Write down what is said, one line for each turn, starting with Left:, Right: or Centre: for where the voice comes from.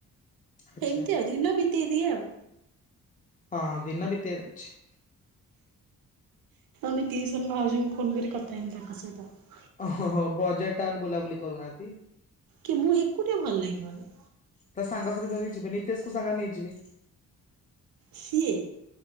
Left: ଆଚ୍ଛା
Right: ଏମତି ଅଜିିନ ବି କିଏ ଦିଏ ଆଉ
Left: ହଁ ଦିନ ବିତିଆର ଅଛି।
Right: ଲେ ଟିଉସନ ଭାଉଜଙ୍କୁ ଫୋନ କରି କଥା ହେଇନି ତାଙ୍କ ସହିତ ।
Left: ଅ ହ, ହ, ବଜାର ଟାଉନ ବୁଲାବୁଲି କରୁନାହାନ୍ତି।
Right: କି ମୁଁ ଏକୁଟା ଭଲ ଲାଗେ ମାନେ
Left: ତା ସାଙ୍ଗସାଥି ଧରିକି ଯିବେ ନିତେଶ କ ସାଙ୍ଗ ନେଇଯିବେ
Right: ସିଏ